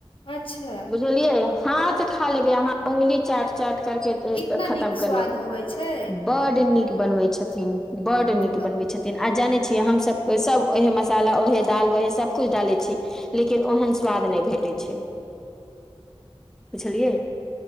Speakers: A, on the left; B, in the centre.
A: अच्छा
B: बुझलियै हाथ खा लेबै अहाँ उगली चाट चाट करके
A: इतना
B: खतम
A: नीक स्वाद
B: कर लेले
A: होवे छै
B: बड नीक बनवे छथिन बड नीक
A: बत
B: बनबे छथिन आ जानै छियै हमसभ सभ उहे मसाला उएहे दाल व ओएहे सभकुछ डालै छी लेकिन ओहन स्वाद नहि भेटैत छै
A: <inaudible>
B: बुझलियै